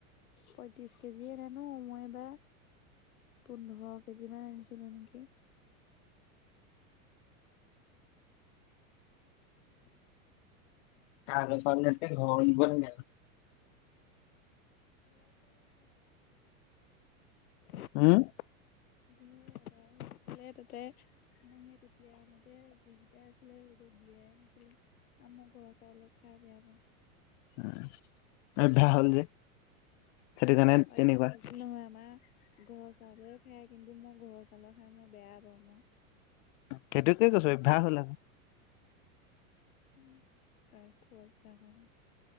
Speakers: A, on the left (about 80°); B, on the left (about 55°).
A: পয়ত্ৰিছ কেজিহে নানো মই এইবাৰ। পোন্ধৰ কেজি মান আনিছিলো নেকি?
B: তাল চতে <unintelligible>
A: ঘৰ চাউল ভাত আদায় হৈ থাকিলে।
B: উম।
A: <unintelligible> তাতে মই হে তেতিয়া আনোটে যিকেইটা আছিলে ৰ'দত দিয়াই নাছিলো। আৰু মই ঘৰ চাউলৰ খাই বেয়া পাওঁ।
B: <unintelligible> অভ্যাস হ'ল যে সেইটো কাৰণে
A: অভ্যাস
B: তেনেকুৱা
A: নহয় আমাৰ গছ চাউলে খাই কিন্তু মই ঘৰৰ চাউলৰ খাই মই বেয়া পাওঁ মোৰ।
B: সেইটোকে কৈছো অভ্যাস হ'ল আকৌ।
A: উম, প্ৰায় কুঅভ্যাস হয়।